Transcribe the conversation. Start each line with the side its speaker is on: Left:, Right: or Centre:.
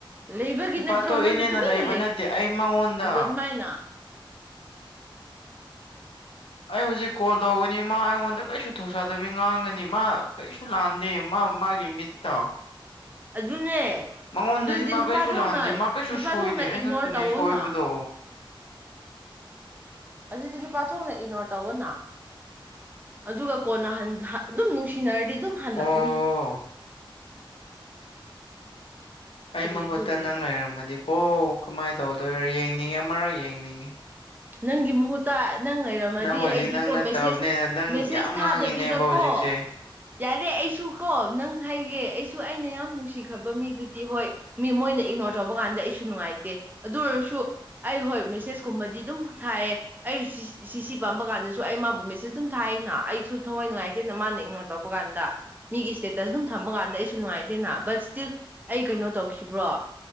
Right: ꯂꯩꯕꯒꯤ
Left: ꯅꯨꯨꯄꯥ
Right: ꯅꯠꯇ꯭ꯔꯣ
Left: ꯊꯣꯛꯏꯅꯦꯅ
Right: ꯅꯪꯅ ꯇꯨꯃꯤꯟꯅ
Left: ꯂꯩꯕ ꯅꯠꯇꯦ ꯑꯩ ꯃꯉꯣꯟꯗ
Right: ꯂꯩꯔꯤꯗꯣ ꯑꯗꯨꯃꯥꯏꯅ
Left: ꯑꯩ ꯍꯧꯖꯤꯛ ꯀꯣꯜ ꯇꯧꯒꯅꯤ ꯃꯥ ꯑꯩꯉꯣꯟꯗ ꯀꯩꯁꯨ ꯊꯧꯁꯥꯗꯕꯤ ꯉꯥꯡꯒꯅꯤ ꯃꯥ ꯀꯩꯁꯨ ꯂꯥꯟꯗꯦ ꯃꯥ ꯃꯥꯒꯤ ꯃꯤꯠꯇ
Right: ꯑꯗꯨꯅꯦ
Left: ꯃꯉꯣꯟꯗꯗꯤ
Right: ꯑꯗꯨꯗꯤ
Left: ꯃꯥ
Right: ꯅꯨꯄꯥ
Left: ꯀꯩꯁꯨ
Right: ꯊꯣꯛꯅ
Left: ꯂꯥꯟꯗꯦ ꯃꯥ ꯀꯩꯁꯨ
Right: ꯅꯨꯄꯥ
Left: ꯁꯣꯏꯗꯦ
Right: ꯊꯣꯛꯅ
Left: ꯑꯩꯉꯥꯛꯇꯅꯦ
Right: ꯏꯒꯅꯣꯔ ꯇꯧꯑꯣꯅ
Left: ꯁꯣꯏꯕꯗꯣ
Right: ꯑꯗꯨꯗꯤ ꯅꯨꯄꯥ ꯊꯣꯛꯅ ꯏꯅꯣꯔ ꯇꯧꯋꫭꯅꯥ ꯑꯗꯨꯒ ꯀꯣꯟꯅ ꯍꯟ ꯍꯟ ꯑꯗꯨꯝ ꯅꯨꯡꯁꯤꯅꯔꯗꯤ ꯑꯗꯨꯝ ꯍꯜꯂꯛꯀꯅꯤ
Left: ꯑꯣ ꯑꯩ
Right: ꯀꯔꯤ
Left: ꯃꯍꯨꯠꯇ
Right: ꯑꯗꯨꯒꯤꯗ
Left: ꯅꯪ ꯂꯩꯔꯝꯃꯗꯤꯀꯣ ꯀꯃꯥꯏꯅ ꯇꯧꯗꯣꯏꯔꯣ ꯌꯦꯡꯅꯤꯡꯉꯦ ꯑꯃꯔꯛ ꯌꯦꯡꯅꯤꯡꯉꯦ
Right: ꯅꯪꯒꯤ ꯃꯍꯨꯠ ꯇ ꯅꯪ ꯂꯩꯔꯝꯃꯗꯤ
Left: ꯅꯪ ꯍꯧꯖꯤꯛ
Right: ꯑꯩꯗꯤꯀꯣ
Left: ꯅꯪ ꯅꯠꯇꯕꯅꯤꯅ
Right: ꯃꯦꯁꯦꯁ
Left: ꯅꯪ
Right: ꯃꯦꯁꯦꯁ
Left: ꯌꯥꯝ
Right: ꯊꯥꯗꯕꯤꯗꯀꯣ
Left: ꯉꯥꯡꯉꯤꯅꯦꯕ ꯍꯧꯖꯤꯛꯁꯦ
Right: ꯌꯥꯔꯦ ꯑꯩꯁꯨ ꯀꯣ ꯅꯪ ꯍꯥꯏꯒꯦ ꯑꯩꯁꯨ ꯑꯩꯅ ꯌꯥꯝ ꯅꯨꯡꯁꯤꯈ꯭ꯔꯕ ꯃꯤꯗꯨꯗꯤ ꯍꯣꯏ ꯃꯤ ꯃꯣꯏꯅ ꯏꯒꯅꯣꯔ ꯇꯧꯕ ꯀꯥꯟꯗ ꯑꯩꯁꯨ ꯅꯨꯡꯉꯥꯏꯇꯦ ꯑꯗꯨ ꯑꯣꯏꯔꯁꯨ ꯑꯩ ꯍꯣꯏ ꯃꯦꯁꯦꯁꯀꯨꯝꯕꯗꯤ ꯑꯗꯨꯝ ꯊꯥꯏꯌꯦ ꯑꯩ ꯁꯤ ꯁꯤ ꯄꯥꯝꯕ ꯀꯥꯟꯗꯁꯨ ꯑꯩ ꯃꯥꯕꯨ ꯃꯦꯁꯦꯖ ꯑꯗꯨꯝ ꯊꯥꯏꯅ ꯑꯩꯁꯨ ꯊꯋꯥꯏ ꯅꯨꯡꯉꯥꯏꯇꯦꯅ ꯃꯥꯅ ꯏꯛꯅꫭꯔ ꯇꯣꯕꯒꯥꯟꯗ ꯃꯤꯒꯤ ꯏꯁꯇꯦꯇꯁ ꯑꯗꯨꯝ ꯊꯝꯕ ꯀꯥꯟꯗ ꯑꯩꯁꯨ ꯅꯨꯡꯉꯥꯏꯇꯦꯅ ꯕꯠ ꯁꯇꯤꯜ ꯑꯩ ꯀꯩꯅꯣ ꯇꯧꯈꯤꯕ꯭ꯔꯣ